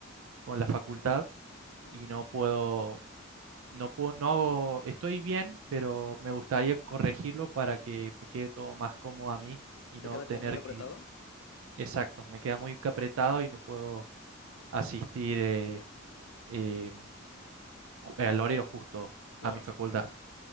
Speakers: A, on the right; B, on the left.
A: con la facultad
B: Ujú.
A: y no puedo, no puedo, no hago, estoy bien, pero me gustaría corregirlo para que me quede todo más cómodo a mí y
B: ¿Te
A: no
B: queda
A: tener
B: como muy apretado?
A: que ir. Exacto, me queda muy apretado y no puedo asistir eh, eh, ju- al horario justo
B: Claro.
A: a mi facultad.